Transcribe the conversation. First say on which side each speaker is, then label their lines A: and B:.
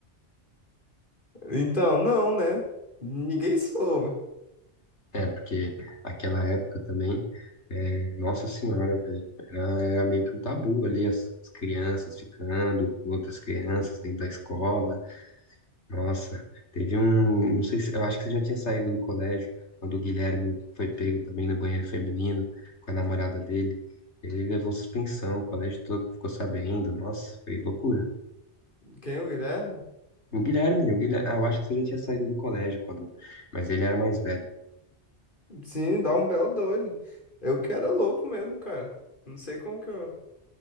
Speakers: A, on the left; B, on the left.
A: Então, não, né? Ninguém soube.
B: É, porque aquela época também, é, nossa senhora, velho, era, era meio que um tabu ali, as, as crianças ficando com outras crianças dentro da escola. Nossa, teve um, não sei se, eu acho que você já tinha saído do colégio, quando o Guilherme foi pego também no banheiro feminino com a namorada dele. Ele levou suspensão, o colégio todo ficou sabendo. Nossa, foi loucura.
A: Quem é o Guilherme?
B: O Guilherme, o Guilherme, ah, eu acho que você já tinha saído do colégio quando, mas ele era mais velho.
A: Sim, dá um belo doido. Eu que era louco mesmo, cara. Não sei como que eu,